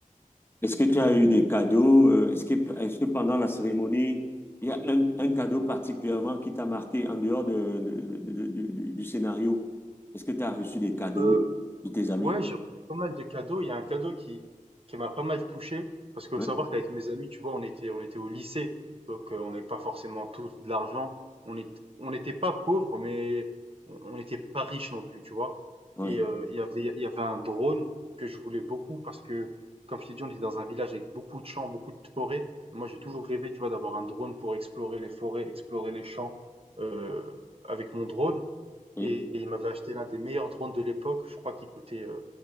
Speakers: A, on the left (about 15°); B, on the right (about 45°).
A: Est-ce que tu as eu des cadeaux? euh, Est-ce que, est-ce que pendant la cérémonie, il y a un, un cadeau particulièrement qui t'a marqué en dehors de, de- de- de- de- du du scénario? Est-ce que tu as reçu des cadeaux
B: Euh,
A: de tes amis?
B: Ouais, j'ai reçu pas mal de cadeaux. Il y a un cadeau qui, qui m'a pas mal touché, parce que
A: Ouais,
B: faut savoir qu'avec mes amis, tu vois, on était, on était au lycée, donc euh, on n'avait pas forcément tous de l'argent. On est, on n'était pas pauvres, mais on on n'était pas riches non plus, tu vois.
A: ouais.
B: Et euh, il y avait, il y avait un drone que je voulais beaucoup, parce que, comme je t'ai dit, on était dans un village avec beaucoup de champs, beaucoup de forêts. Moi, j'ai toujours rêvé, tu vois, d'avoir un drone pour explorer les forêts, explorer les champs euh, avec mon drone.
A: ouais.
B: Et il m'avait acheté l'un des meilleurs drones de l'époque, je crois qu'il coûtait euh,